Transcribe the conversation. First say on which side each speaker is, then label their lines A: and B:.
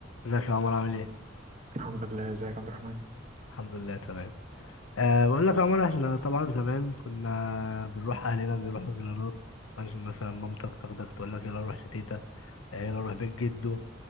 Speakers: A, on the left; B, on the right.
A: ازيك يا عمر عامل ايه؟
B: الحمد لله ازيك يا عبد الرحمن
A: الحمد لله تمام أه بقول لك يا عمر احنا طبعا زمان كنا بنروح اهلنا بيروحوا زيارات ممكن مثلا مامتك تاخدك تقول لك يلا نروح لتيتا آه، يلا نروح بيت جده